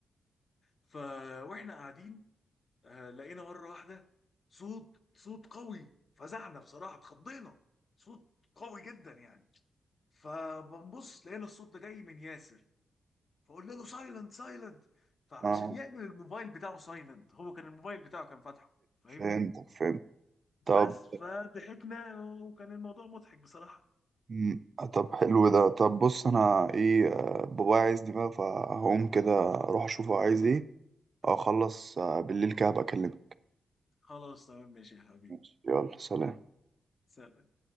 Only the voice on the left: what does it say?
ف واحنا قاعدين آه لقينا مره واحده صوت صوت قوي فزعنا بصراحه اتخضينا صوت قوي جدا يعني فبنبص لقينا الصوت ده جاي من ياسر فقلنا له سايلنت سايلنت فعلشان
يعمل الموبايل بتاعه سايلنت هو كان الموبايل بتاعه كان فاتحه فاهمني
بس فضحكنا وكان الموضوع مضحك بصراحه
خلاص تمام ماشي يا حبيبي
سلام